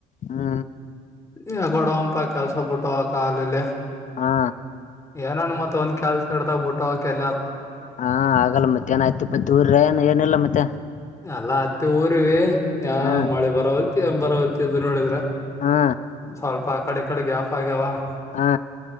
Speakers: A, on the left; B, on the left.
A: ಹ್ಮ
B: ಎಂಡಿ ಹೋಗಮಪ ಕೆಲ್ಸ ಬಿಟ್ಟ ಹೋಗಕ್ಕೆ ಹಾಗಲ್ಲ ಇಲ್ಲಿ.
A: ಹಾ,
B: ಏನನ್ ಮತ್ ಒಂದ್ ಕೆ್ಯಾಲ್ಸ <unintelligible> ಹಿಡ್ದಾಗ್ ಬಿಟ್ಟ ಹಕಲ್ಲತ್
A: ಹಾ, ಆಗಲ್ಲ ಮತ್ತೆ ಮಧ್ಯಾಹ್ನ ಆಯ್ತುಹತ್ತಿ -ಪತ್ತಿಉರಿರೇನ ಮತ್ತ,
B: ಎಲ್ಲಾ ಅತ್ತು ಊರು ಯಾ
A: ಹಾ
B: ಮಳೆ ಬರಲ್ ಬರ ಪತು <unintelligible> ನೋಡಿದ್ರ
A: ಹಾ
B: ಒ ಸ್ವಲ್ಪ ಆ ಕಡೆ ಈ ಕಡೆ ಗ್ಯಾಪ್ ಆಗ್ಯಾವ. -
A: ಹಾ,